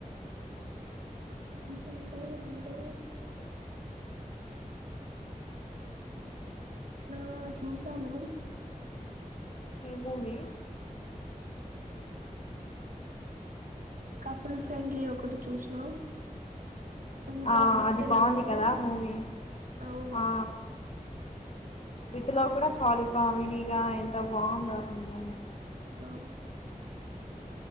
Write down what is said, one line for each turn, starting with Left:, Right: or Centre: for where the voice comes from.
Right: రీసెంట్ గా అంటే ఆ చూసాను
Left: భూమి
Right: కపుల్ ఫ్రెండ్లీ ఒకటి చూసినా ఇంకా
Left: ఆ
Right: విత్
Left: అది బాగుంది
Right: లవ్
Left: కదా మూవీ
Right: అవును
Left: ఆ విత్ లవ్వు కూడా చాలు కామిడిగా ఎంత బాగుందో అసలు మూవీ
Right: ఆ